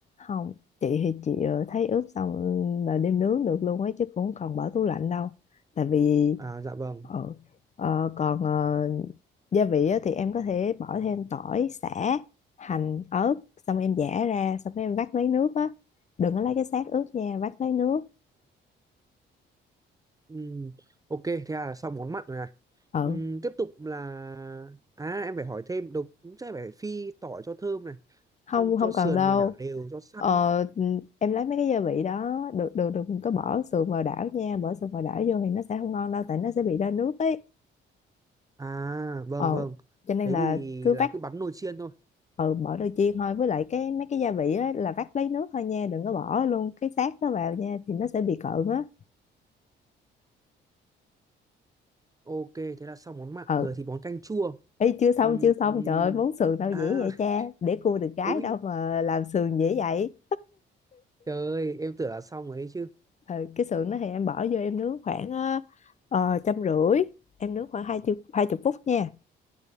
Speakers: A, on the left; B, on the right.
A: không chị thì chị ờ, thấy ướp xong là đem nướng được luôn ấy chứ cũng không cần bỏ tủ lạnh đâu tại vì
B: À, dạ vâng.
A: ừ. Ờ, còn ờ, gia vị á, thì em có thể bỏ thêm tỏi sả hành ớt xong em giã ra xong cái em vắt lấy nước á đừng có lấy cái xác ướp nha vắt lấy nước
B: Ừm, ok, thế là xong món mặn rồi này.
A: ừ
B: Ừm, tiếp tục là... À, em phải hỏi thêm. Đầu cũng sẽ phải phi tỏi cho thơm này.
A: không
B: Xong
A: không
B: cho sườn
A: cần đâu
B: và đảo đều, cho săn.
A: ờ, em lấy mấy cái gia vị đó được được đừng có bỏ sườn vào đảo nha bỏ sườn vào đảo vô thì nó sẽ không ngon đâu tại nó sẽ bị ra nước ấy
B: À, vâng,
A: ờ
B: vâng.
A: cho nên
B: Thế
A: là
B: thì
A: cứ
B: là
A: vắt
B: cứ bắn nồi chiên thôi.
A: ừ bỏ đôi chiên thôi với lại cái mấy cái gia vị á là vắt lấy nước thôi nha đừng có bỏ luôn cái xác đó vào nha thì nó sẽ bị cợn á
B: Ok, thế là xong món mặn.
A: ừ
B: Giờ thì món canh chua.
A: ấy chưa xong
B: Ừm,
A: chưa xong
B: ừm.
A: trời ơi món sườn đâu
B: à,
A: dễ vậy cha
B: <laughs>
A: để cua được gái
B: Úi,
A: đâu mà làm sườn dễ vậy
B: Trời ơi, em tưởng là xong rồi ấy chứ.
A: ừ, cái sườn đó thì em bỏ vô em nướng khoảng ờ, ờ, trăm rưỡi em nướng khoảng hai chục hai chục phút nha